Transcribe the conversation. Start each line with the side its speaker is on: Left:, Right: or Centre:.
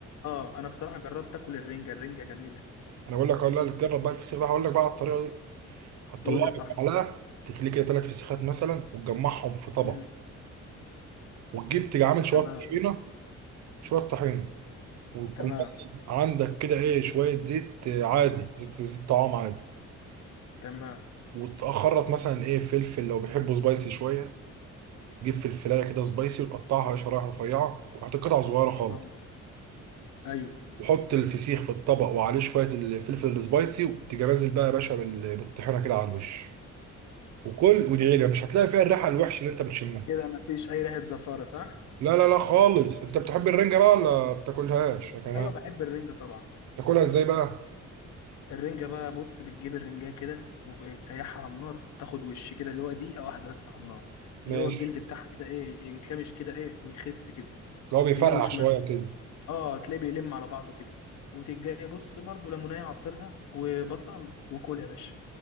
Left: اه انا بصراحه جربت اكل الرنجه الرنجه جميله
Right: انا بقول لك اقول لك جرب بقى الفسيخ ده هقول لك بقى على الطريقه دي هتطلعه
Left: قول يا صاحبي
Right: بالمعلقه تخليه كده ثلاث فسيخات مثلا وتجمعهم في طبق
Left: امم
Right: وتجيب تيجي عامل شويه
Left: تمام
Right: طحينه شويه طحينه وتكون
Left: تمام
Right: مثلا عندك كده ايه شوية زيت آه، عادي زيت زيت طعام عادي
Left: تمام
Right: وتخرط مثلا ايه فلفل لو بيحبوا سبايسي شوية تجيب فلفلاية كده سبايسي وتقطعها شرايح رفيعة وحط قطع صغيرة خالص
Left: اه ايوه
Right: وحط الفسيخ في الطبق وعليه شوية الفلفل السبايسي وتيجي نازل بقى يا باشا بال- بالطحينة كده على الوش وكل وادعي لي مش هتلاقي فيها الريحة الوحشة اللي انت بتشمها
Left: كده ما فيش اي ريحه زفاره صح
Right: لا لا لا خالص انت بتحب الرنجة بقى ولا بتاكلهاش يا كمان
Left: ايوه بحب الرنجة طبعا
Right: بتاكلها ازاي بقى
Left: الرنجة بقى بص بتجيب الرنجة كده وتسيحها على النار تاخد وش كده اللي هو دقيقة واحدة بس على النار
Right: ماشي
Left: اللي هو الجلد بتاعها كده ايه ينكمش كده ايه ويخس كده
Right: لو بيفرقع
Left: يمين وشمال
Right: شوية كده
Left: اه تلاقيه بيلم على بعضه كده وتجي بص برضو ليمونية عصيرها وبصل وكل يا باشا